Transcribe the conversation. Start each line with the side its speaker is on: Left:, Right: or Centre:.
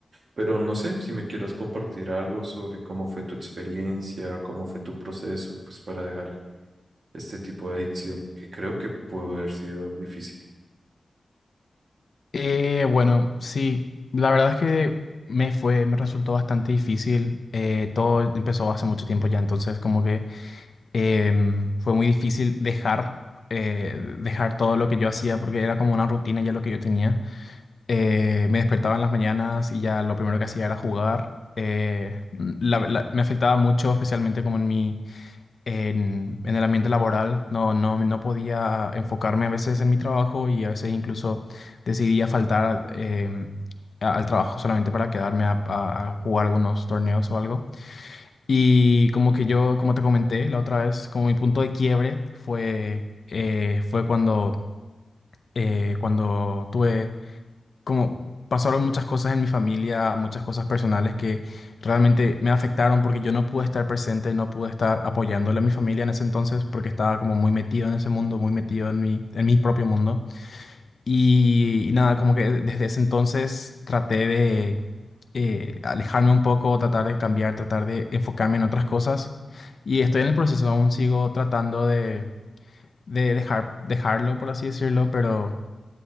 Right: Pero no sé si me quieras compartir algo sobre cómo fue tu experiencia, cómo fue tu proceso, pues para dejar este tipo de adicción, que creo que pudo haber sido difícil.
Left: Eh, bueno, sí, la verdad es que me fue, me resultó bastante difícil. eh, todo empezó hace mucho tiempo ya, entonces como que em, fue muy difícil dejar, eh, dejar todo lo que yo hacía porque era como una rutina ya lo que yo tenía. Eh, me despertaba en las mañanas y ya lo primero que hacía era jugar. eh, la- la- me afectaba mucho, especialmente como en mi en, en el ambiente laboral. No, no, no podía enfocarme a veces en mi trabajo y a veces incluso decidía faltar em, a- al trabajo solamente para quedarme a, a- a jugar algunos torneos o algo. Y como que yo, como te comenté la otra vez, como mi punto de quiebre fue, eh, fue cuando, eh, cuando tuve como pasaron muchas cosas en mi familia, muchas cosas personales que realmente me afectaron porque yo no pude estar presente, no pude estar apoyándole a mi familia en ese entonces porque estaba como muy metido en ese mundo, muy metido en mi, en mi propio mundo. Y, y nada, como que desde ese entonces traté de eh, alejarme un poco, tratar de cambiar, tratar de enfocarme en otras cosas. Y estoy en el proceso, aún sigo tratando de, de dejar, dejarlo, por así decirlo, pero,